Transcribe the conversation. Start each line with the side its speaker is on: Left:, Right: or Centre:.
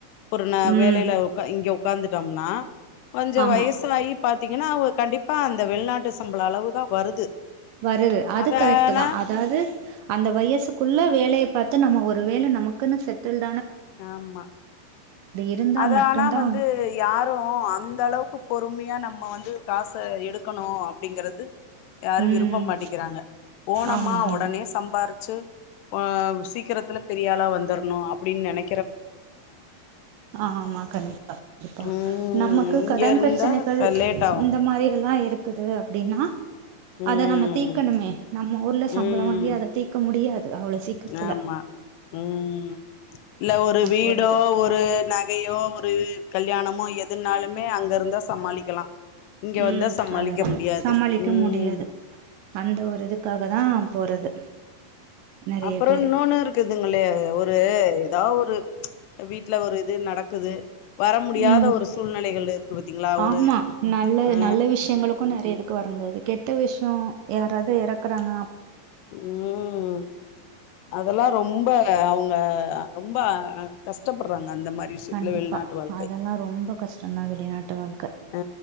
Left: ஒருநா
Right: ம்
Left: வேலையில உக்கா இங்கோவ் உட்காந்துட்டோம்னா கொஞ்ச
Right: ஆமா
Left: வயசாயி பாத்தீங்கன்னா அவ கண்டிப்பா அந்த வெளிநாட்டு சம்பள அளவுதா வருது
Right: வருது அது
Left: அதானா
Right: கரெக்ட்தா அதாவது அந்த வயசுக்குள்ள வேலையை பாத்து நம்ம ஒரு வேலை நமக்குன்னு செட்டில்
Left: ஆமா
Right: இருந்தா
Left: அத
Right: மட்டுந்தா
Left: ஆனா வந்து யாரும் அந்த அளவுக்கு பொறுமையா நம் நம்ம வந்து காசை எடுக்கணும் அப்படிங்கறது யாரு
Right: ம்
Left: விருப்ப மாட்டிக்கிறாங்க போணமா
Right: ஆமா ஆமா
Left: உடனே சம்பாரு ச்சு அ சீக்கிரத்துல பெரியாளா வந்துறணும் அப்படின்னு நினை
Right: அ ஆமா கண்டிப்பா கண்டிப்பா
Left: ம்
Right: நமக்கு
Left: இங்க
Right: கடன்
Left: இருந்தா
Right: பிரச்சனைகள்
Left: க லேட் ஆகு
Right: இந்த மாரி எல்லாம் இருக் இருக்குது அப்படின்னா
Left: ம்
Right: அதை நம்ம தீக்கணுமே நம்ம ஊர்ல சம்பளம்
Left: ம்
Right: வாங்கி அதை தீக்க முடியாது தத்து அவ்ளோ சீக்கரத்துல
Left: ஆமா ம் இல்ல ஒரு வீடோ
Right: போறது
Left: ஒரு நகையோ ஒரு கல்யாணமோ எதுனாலுமே அங்கருந்தா சமாளிக்கலா இங்க
Right: ம்
Left: வந்தா சமாளிக்க
Right: அததா
Left: முடியாது
Right: சமாளிக்க
Left: ம்
Right: முடியாது அந்த ஒரு இதுக்காக தா போறது நெறைய
Left: அப்புறோ
Right: பேரு
Left: இன்னொன்னு இருக்குதுங்களே ஒரு ஏதாவது ஒரு வீட்ல ஒரு இது நடக்குது வர முடியாத
Right: ம்
Left: ஒரு சூழ்நிலைகள் இருக்கு பாத்தீங்களா ஒரு
Right: ஆமா நல்லது
Left: ஆ
Right: நல்ல விஷயங்களுக்கு நறைய இதுக்கு வர முடியாது கெட்ட விஷ் யோ யாராவது இறக்குறாங்க
Left: ம் அதெல்லா ரொம்ப அவுங்க ரொம்ப கஷ்டப்படுறாங்க அந்த மாரி விஷயத்துல
Right: கண்டிப்பா
Left: வெளிநாட்டு வாழ்க்கை
Right: அதெல்லா ரொம்ப கஷ்டம்தா வெளிநாட்டு வாழ்க்க
Left: ஆ